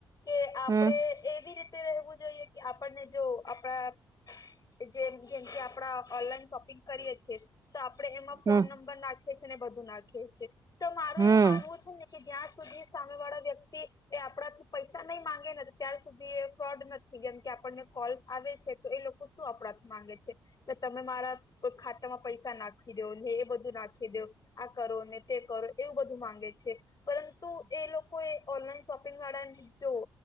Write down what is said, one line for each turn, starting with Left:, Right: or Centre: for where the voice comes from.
Left: કે આપડે
Right: હમ
Left: એવી રીતે રહેવું જોઈએ કે આપણને જો આપણા. જેમ જેમકે આપડા ઓનલાઈન શોપિંગ કરીએ છએ તો આપણે એમાં ફોન
Right: હમ
Left: નંબર નાખીએ છીએ અનેને બધું નાખીએ છીએ તે મારા
Right: હમ.
Left: છુંને કે ગ્યાસ સુ દશ સામે વાળા વ્યક્તિ એ આપણાથી પૈસા નહીં માંગે ને ત્યાર સુધી એ ફ્રોડ નથી જેમ કે આપણને કોલ્ આવે છે તો એ લોકો શું અપરાધ માંગે છે. કે તમે મારા કો ખાતામાં પૈસા નાખી દો ને એ બધું નાખી દો આ કરો ને તે કરો એવું બધું માંગે છે પરંતુ એ લોકો એ ઓનલાઈન શોપિંગ વાડાને જો